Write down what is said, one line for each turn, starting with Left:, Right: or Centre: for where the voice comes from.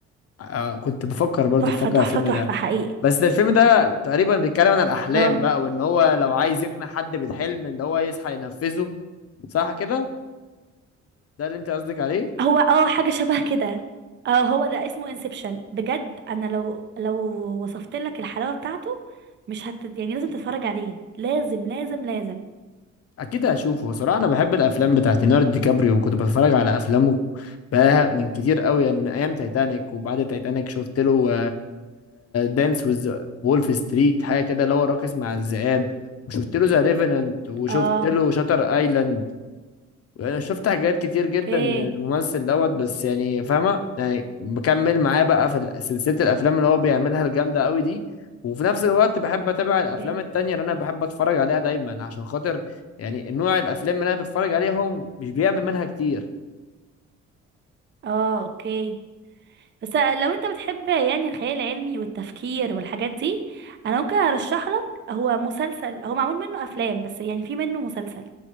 Left: آه، كنت بفكر برضه
Right: تحفة
Left: بفكر
Right: تحفة
Left: على الفيلم
Right: تحفة
Left: ده
Right: حقيقي
Left: بس ده الفيلم ده تقريبا بيتكلم عن الأحلام
Right: اه
Left: بقى وإن هو لو عايز يقنع حد بالحلم إن هو يصحى ينفذه صح كده؟ ده اللي أنت قصدك عليه؟
Right: هو اه حاجة شبه كده اه هو ده اسمه انسبشن بجد انا لو لو وصفت لك الحلاوة بتاعته مش هت يعني لازم تتفرج عليه لازم لازم لازم
Left: أكيد هشوفه صراحة أنا بحب الأفلام بتاعت ليوناردو دي كابريو وكنت بتفرج على أفلامه بقى من كتير قوي يعني من أيام تايتانيك وبعد تايتانيك شفت له دانس ويز وولف ستريت حاجة كده اللي هو راقص مع الذئاب وشفت له ذا ريفننت وشفت
Right: اه
Left: له شاتر ايلاند انا شفت حاجات كتير جدا
Right: اوكي
Left: للممثل دوت بس يعني فاهمه يعني بكمل معاه بقى في ال- سلسله الافلام اللي هو بيعملها الجامده قوي دي وفي نفس الوقت بحب اتابع الافلام
Right: اوكي
Left: التانية اللي انا بحب اتفرج عليها دايما عشان خاطر يعني نوع الافلام اللي انا بتفرج عليهم مش بيعمل منها كتير
Right: اه اوكي بس لو انت بتحب يعني الخيال العلمي والتفكير والحاجات دي انا ممكن ارشح لك هو مسلسل هو معمول منه افلام بس يعني في منه مسلسل